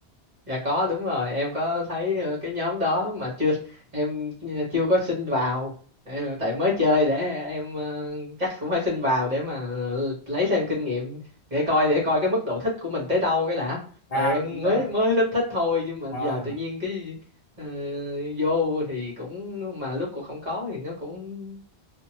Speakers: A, on the right; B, on the left.
A: Dạ có đúng rồi em có thấy ờ, cái nhóm đó mà chưa em ờ, chưa có xin vào Ờ, tại mới chơi để em ờ, chắc cũng phải xin vào để mà ờ, lấy thêm kinh nghiệm để coi để coi cái mức độ thích của mình tới đâu cái đã
B: à
A: tại em
B: đúng rồi
A: mới mới thích thích thôi nhưng mà
B: à
A: giờ tự nhiên cái ờ, vô thì cũng mà lúc cũng không có thì nó cũng